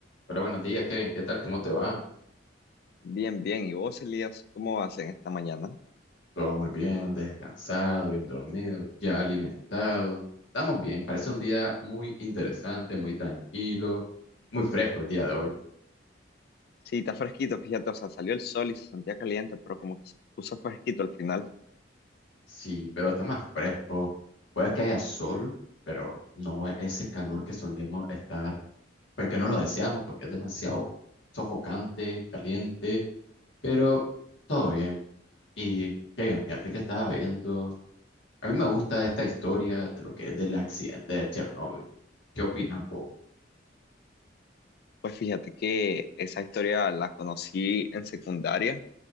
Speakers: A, on the left (about 80°); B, on the left (about 55°).
A: Pero buenos días, Kevin, ¿qué tal? ¿Cómo te va?
B: Bien, bien. ¿Y vos, Elías, cómo vas en esta mañana?
A: Todo muy bien, descansado, bien dormido, ya alimentado. Estamos bien, parece un día muy interesante, muy tranquilo, muy fresco el día de hoy.
B: Sí, está fresquito, fíjate, o sea, salió el sol y se sentía caliente, pero como que se puso fresquito al final.
A: Sí, pero está más fresco. Puede que haya sol, pero no es ese calor que solemos estar, pues que no lo deseamos porque es demasiado sofocante, caliente, pero todo bien. Y Kevin, fíjate que estaba viendo. A mí me gusta esta historia de lo que es del accidente de Chernóbil. ¿Qué opinas vos?
B: Pues fíjate que esa historia la conocí en secundaria,